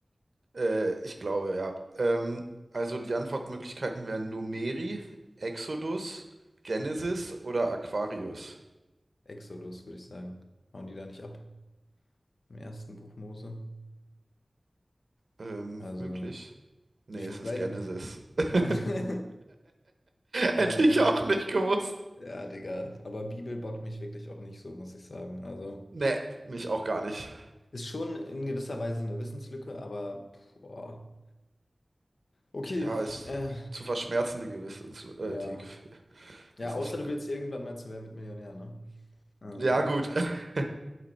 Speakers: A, on the right (about 60°); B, on the left (about 80°).
A: Äh, ich glaube, ja. Ähm, also die Antwortmöglichkeiten wären Numeri, Exodus, Genesis oder Aquarius.
B: Exodus, würde ich sagen. Hauen die da nicht ab im ersten Buch Mose?
A: Ähm,
B: Also,
A: möglich? Nee,
B: ich
A: es
B: weiß.
A: ist Genesis. <laughs>
B: <laughs> äh,
A: Hätte ich auch nicht gewusst.
B: ja, Digga. Aber Bibel bockt mich wirklich auch nicht so, muss ich sagen. Also,
A: Nee, mich auch gar nicht.
B: ist schon in gewisser Weise eine Wissenslücke, aber, boah. Okay,
A: Ja, ist
B: äh,
A: zu verschmerzen, die Gewissens äh,
B: ja.
A: die Ge-
B: Ja,
A: Wissenslücke.
B: außer du willst irgendwann mal zu Wer wird Millionär, ne? Ähm,
A: Ja, gut. <laughs>